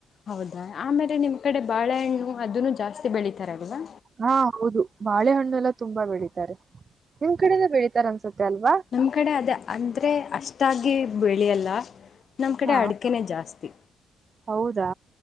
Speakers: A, on the left; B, on the right.
A: ಹೌದಾ ಆಮೇಲೆ ನಿಮ್ ಕಡೆ ಬಾಳೆಹಣ್ಣು ಅದನ್ನು ಜಾಸ್ತಿ ಬೆಳಿತಾರಲ್ವಾ
B: ಹಾ ಹೌದು ಬಾಳೆಹಣ್ಣುಲ್ಲ ತುಂಬಾ ಬೆಳಿತಾರೆ ನಿಮ್ ಕಡೆಯಿಂದ ಬೆಳಿತಾರ ಅನ್ಸತ್ತೆ ಅಲ್ವಾ
A: ನಮ್ಮ ಕಡೆ ಅದ ಅಂದರೆ ಅಷ್ಟಾಗಿ ಬೆಳೆಯಲ್ಲ ನಮ್ಮ ಕಡೆ
B: ಹಾ
A: ಅಡಿಕೆನ ಜಾಸ್ತಿ
B: ಹೌದಾ